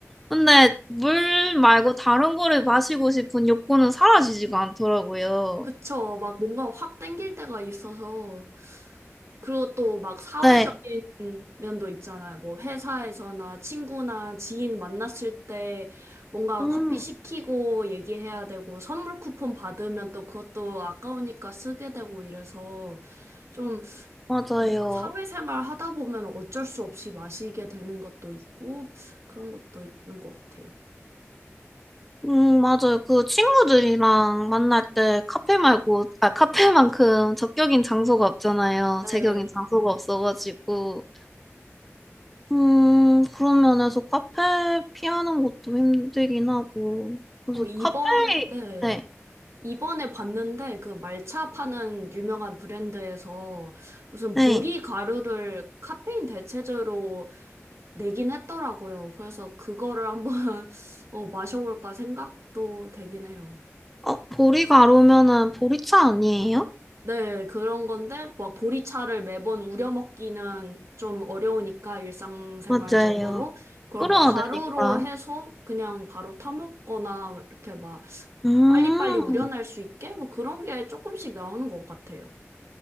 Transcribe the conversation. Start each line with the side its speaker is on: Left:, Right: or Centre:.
Centre: 근데 물 말고 다른 거를 마시고 싶은 욕구는 사라지지가 않더라고요.
Right: 그쵸. 막 뭔가 확 땡길 때가 있어서, 그리고 또 막 사회적인
Centre: 네,
Right: 면도 있잖아요. 뭐 회사에서나 친구나 지인 만났을 때 뭔가
Centre: 음,
Right: 커피 시키고 얘기해야 되고, 선물 쿠폰 받으면 또 그것도 아까우니까 쓰게 되고 이래서 좀
Centre: 맞아요.
Right: 뭔가 사회생활 하다 보면 어쩔 수 없이 마시게 되는 것도 있고 그런 것도 있는 것 같아요.
Centre: 음, 맞아요. 그 친구들이랑 만날 때 카페 말고, 아, 카페만큼 적격인 장소가 없잖아요.
Right: 네.
Centre: 제격인 장소가 없어가지고. 음, 그런 면에서 카페 피하는 것도 힘들긴 하고. 그래서
Right: 어, 이번,
Centre: 카페,
Right: 네.
Centre: 네,
Right: 이번에 봤는데 그 말차 파는 유명한 브랜드에서 무슨
Centre: 네.
Right: 보리 가루를 카페인 대체제로 내긴 했더라고요. 그래서 그거를 한번 <laughs> 어, 마셔볼까 생각도 되긴 해요.
Centre: 어, 보리 가루면은 보리차 아니에요?
Right: 네, 그런 건데, 뭐, 보리차를 매번 우려 먹기는 좀 어려우니까, 일상생활적으로.
Centre: 맞아요.
Right: 그걸
Centre: 끓여야
Right: 뭐, 가루로
Centre: 되니까.
Right: 해서 그냥 바로 타먹거나, 이렇게 막,
Centre: 음,
Right: 빨리빨리 우려낼 수 있게? 뭐, 그런 게 조금씩 나오는 것 같아요.